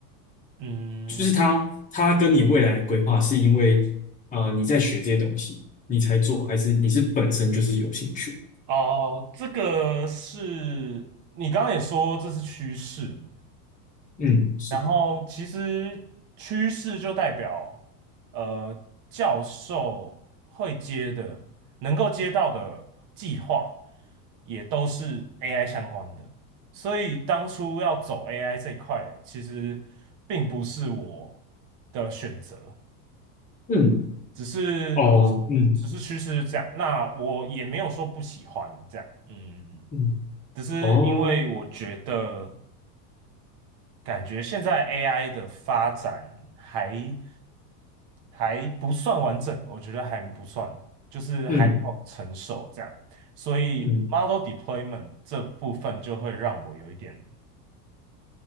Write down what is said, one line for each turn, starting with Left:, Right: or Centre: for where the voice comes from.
Right: 嗯，
Left: 就是他他跟你未来的规划是因为呃你在学这些东西，你才做，还是你是本身就是有兴趣？
Right: 哦，这个是你刚刚也说这是趋势嘛
Left: 嗯，是，
Right: 然后其实趋势就代表呃教授会接的、能够接到的计划也都是 AI 相关的，所以当初要走 AI 这一块，其实并不是我的选择，
Left: 嗯，
Right: 只是
Left: 哦，嗯，
Right: 只只是趋势是这样，那我也没有说不喜欢这样，嗯嗯嗯。
Left: 嗯，
Right: 只是因为我觉得，
Left: 哦，
Right: 感觉现在 AI 的发展还还不算完整，我觉得还不算，就是还没有成熟这样，
Left: 嗯，
Right: 所以
Left: 嗯，
Right: model deployment 这部分就会让我有一点。